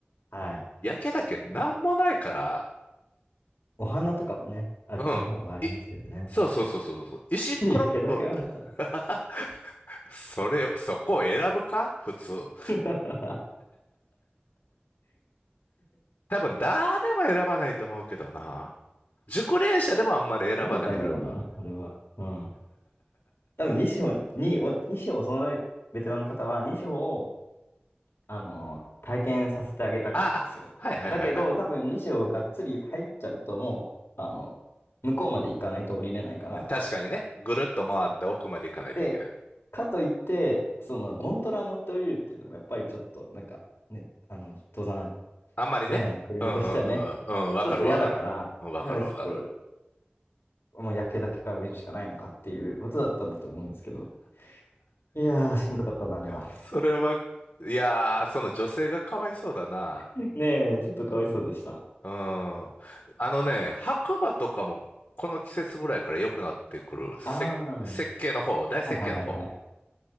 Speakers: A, on the left; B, on the left.
A: はい。
B: 焼けだけなんもないから、
A: お花とかもね、あっちの方はありますけどね。
B: うん。い、そうそうそうそうそう。石っころぼ、
A: <laughs> いやけだけはなかっ
B: <laughs> それを、そこを選ぶか普通。
A: た。
B: 多分誰も選ばないと思うけどな。熟練者でもあんまり選ばないルート。
A: <laughs> 何だったんだろうな、あれは。うん。多分、西穂に、お西穂、そのベテランの方は、西穂を、あの、体験させてあげたかったんですよ。
B: あ、あはいはいはいはい。
A: だけど、多分、西穂がっつり入っちゃうと、もう、あの、向こうまで行かないと降りれないから、
B: 確かにね。ぐるっと回って奥まで行かないといけない。
A: そうで、かといって、そのゴンドラ乗って降りるっていうのもやっぱりちょっとなんかね、あの登山、
B: あんまりね。
A: 登山やってる身としてはね、
B: うんうんうんうん。うん、わかるわかる。
A: ちょっと嫌だから、
B: うんわかるわかる。
A: いやちょっともう焼けだけから降りるしかないのかっていうことだったんだと思うんですけど。いやー、しんどかったな、あれは。
B: それは、いやー、その女性がかわいそうだな。
A: <laughs> ねえ、ちょっとかわいそうでした。
B: うん。あのね、白馬とかもこの季節ぐらいから良くなってくる。せ、
A: ああ、
B: 設計の方、大設計の方。
A: はいはいはいはい。行